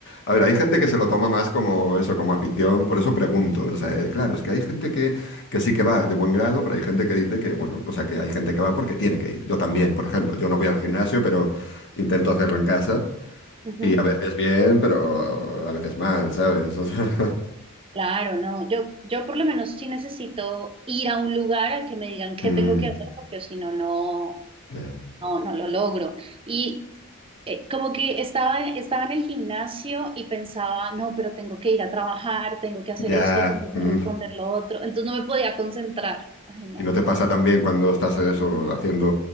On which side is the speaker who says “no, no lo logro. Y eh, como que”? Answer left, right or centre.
Right